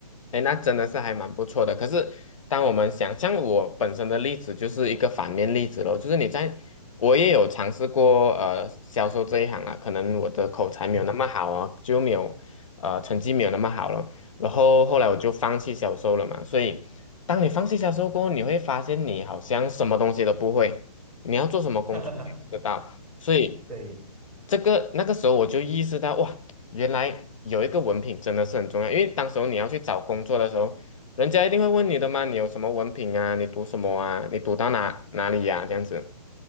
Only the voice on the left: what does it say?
哎，那真的是还蛮不错的。可是当我们想，像我本身的例子就是一个反面例子咯，就是你在，我也有尝试过呃销售这一行啊，可能我的口才没有那么好啊，
就没有呃成绩没有那么好了，然后后来我就放弃销售了嘛，所以。当你放弃销售过后，你会发现你好像什么东西都不会，你要做什么工作你也不知道。
所以
这个那个时候我就意识到，哇，原来有一个文凭真的是很重要。因为当时候你要去找工作的时候，人家一定会问你的嘛，你有什么文凭啊？你读什么啊？你读到哪哪里呀、这样子。